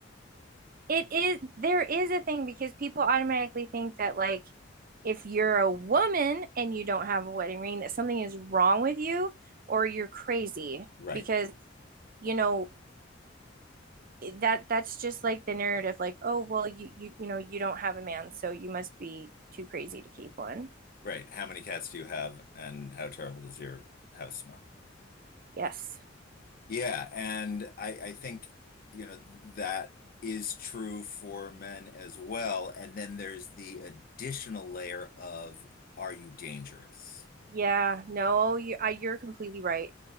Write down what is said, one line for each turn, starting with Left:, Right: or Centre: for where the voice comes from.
Right: It is there is a thing because people automatically think that like if you're a woman and you don't have a wedding ring that something is wrong with you or you're crazy
Left: Right,
Right: because you know that that's just like the narrative like oh well you you you know you don't have a man so you must be too crazy to keep one.
Left: right. How many cats do you have, and how terrible does your house smell?
Right: Yes.
Left: Yeah, and I I think you know that is true for men as well. And then there's the additional layer of are you dangerous?
Right: Yeah, no, you I, you're completely right.